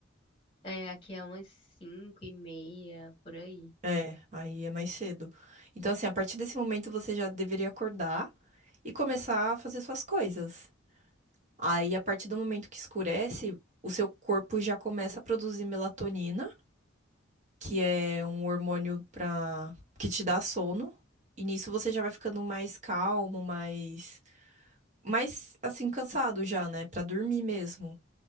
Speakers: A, on the left; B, on the right.
A: É, aqui é umas cinco e meia, por aí.
B: É, aí é mais cedo. Então, assim, a partir desse momento você já deveria acordar e começar a fazer suas coisas. Aí, a partir do momento que escurece, o seu corpo já começa a produzir melatonina, que é um hormônio para que te dá sono. E nisso você já vai ficando mais calmo, mais mais assim cansado já, né, Pra dormir mesmo.